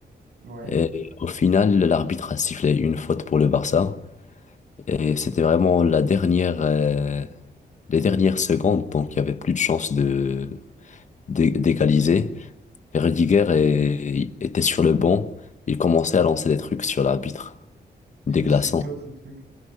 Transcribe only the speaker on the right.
Ouais.
<laughs>
Et c'est quoi ce truc?